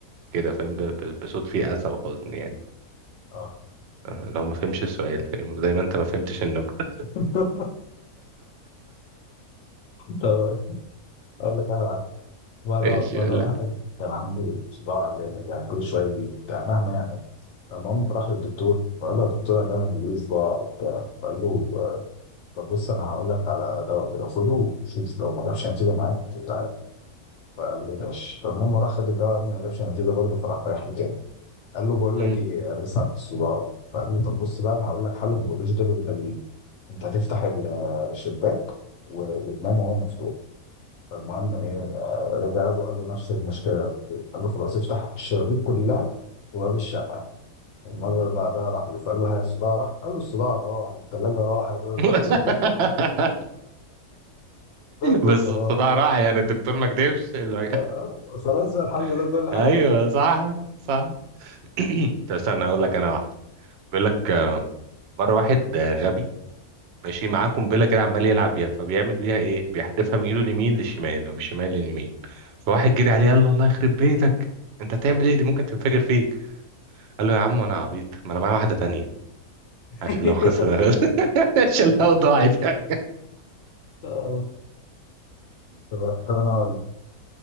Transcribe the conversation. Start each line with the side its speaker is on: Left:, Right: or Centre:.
Right: كده فاهم ب- ب- بصوت فيه أسى وحزن يعني
Left: اه
Right: آه، لو ما فهمش السؤال فاهم زي ما انت ما فهمتش النكتة
Left: <laughs> طب اقول لك انا واحد مرة
Right: <laughs> ماشي
Left: مرة
Right: ولا
Left: واحد كان عنده صداع جامد يعني كل شوية يجي بتاع مهما يعني المهم فراح للدكتور فقال له يا دكتور انا دايما بيجيلي صداع وبتاع فقال له آه، طب بص انا هقول لك على دواء كده خده وشوف لو ما جابش نتيجة معاك تعالى فقال له ماشي فالمهم راح خد الدواء ما جابش نتيجة برضه فراح رايح له تاني قال له بقول
Right: مم.
Left: لك ايه انا لسه عندي الصداع فقال لي طب بص بقى انا هقول لك حل من دول الغاليين انت هتفتح ال- الشباك و- وتنام وهو مفتوح فالمهم ايه آه، رجع له قال له نفس المشكله قال له خلاص افتح الشبابيك كلها وباب الشقه المره اللي بعدها راح له فقال له ها الصداع راح قال له الصداع راح والثلاجه راحت
Right: <laughs>
Left: <laughs> اللابتوب
Right: بس الصداع
Left: راح
Right: راح يعني الدكتور ما كدبش ال-
Left: آه، آه، خلاص بقى الحمد
Right: <laughs>
Left: لله كل حاجه
Right: ايوه
Left: راحت
Right: صح صح <clears throat> طب استنى اقول لك انا واحده بيقول لك آه، مره واحد آه، غبي ماشي معاه قنبله كده عمال يلعب بيها فبيعمل بيها ايه بيحدفها من ايده اليمين للشمال ومن الشمال لليمين فواحد جري عليه قال له الله يخرب بيتك انت هتعمل ايه دي ممكن تنفجر فيك قال له يا عم انا عبيط ما انا معايا واحده تانية
Left: <laughs>
Right: عشان لو خسر <laughs> عشان لو ضاعت يعني
Left: آه. طب طب انا هقول